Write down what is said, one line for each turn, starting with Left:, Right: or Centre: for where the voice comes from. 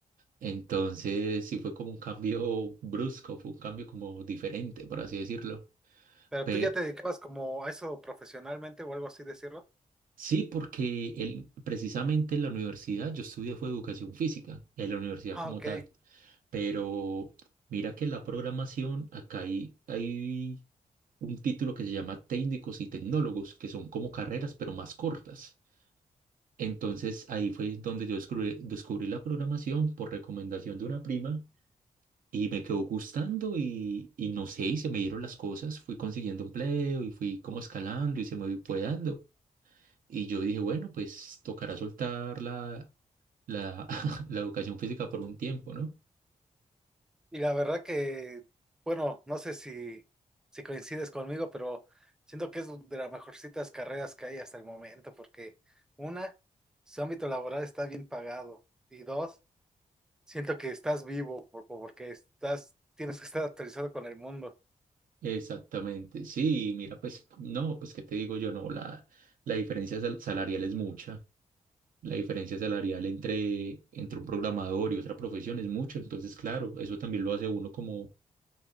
Right: Entonces, sí fue como un cambio brusco, fue un cambio como diferente, por así decirlo.
Centre: Pero
Right: Pero
Centre: tú ya te dedicabas como a eso profesionalmente o algo así decirlo.
Right: sí, porque él, precisamente en la universidad yo estudié fue educación física, en la universidad
Centre: Ah,
Right: como
Centre: ok.
Right: tal. Pero mira que la programación, acá hay, hay un título que se llama técnicos y tecnólogos, que son como carreras, pero más cortas. Entonces ahí fue donde yo descubrí, descubrí la programación por recomendación de una prima y me quedó gustando y, y no sé, y se me dieron las cosas, fui consiguiendo empleo y fui como escalando y se me fue dando. Y yo dije, bueno, pues tocará soltar la, la, <laughs> la educación física por un tiempo, ¿no?
Centre: Y la verdad que, bueno, no sé si, si coincides conmigo, pero siento que es de las mejorcitas carreras que hay hasta el momento, porque una, su ámbito laboral está bien pagado. Y dos, Siento que estás vivo por- por- porque estás, tienes que estar actualizado con el mundo.
Right: Exactamente, sí, mira, pues no, pues qué te digo yo, no, la, la diferencia sal- salarial es mucha. La diferencia salarial entre, entre un programador y otra profesión es mucho, entonces claro, eso también lo hace a uno como,